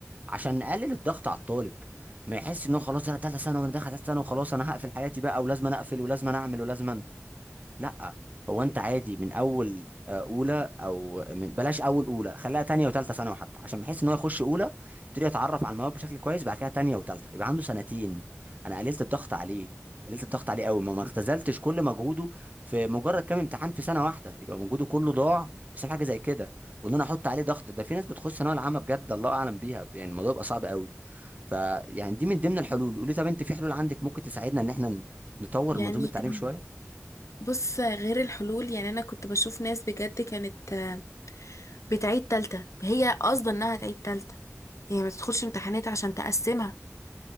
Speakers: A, on the right; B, on the left.
A: عشان نقلل الضغط على الطالب ما يحس ان هو خلاص انا ثالثه ثانوي وانا داخل ثالثه ثانوي وخلاص انا هقفل حياتي بقى ولازم أنا اقفل ولازم أنا اعمل ولازم أنا. لا هو انت عادي من اول آه، اولى او من بلاش اول اولى خليها تانية وتالتة ثانوي حتى عشان بحيث ان هو يخش اولى يبتدي يتعرف على المواد بشكل كويس بعد كده تانية وتالتة يبقى عنده سنتين انا قللت الضغط عليه قللت الضغط عليه قوي ما ما اختزلتش كل مجهوده في مجرد كام امتحان في سنه واحده يبقى مجهوده كله ضاع بسبب حاجه زي كده وان انا احط عليه ضغط ده في ناس بتخش ثانويه العامه بجد الله اعلم بيها يعني الموضوع يبقى صعب قوي فيعني دي من ضمن الحلول قولي طب انت في حلول عندك ممكن تساعدنا ان احنا نطور
B: يعني
A: منظومه التعليم
B: كان-
A: شويه
B: بص غير الحلول يعني أنا كنت بشوف ناس بجد كانت آه، بتعيد تالتة هي قصدا إنها تعيد تالتة هي ما تدخلش امتحانات عشان تقسمها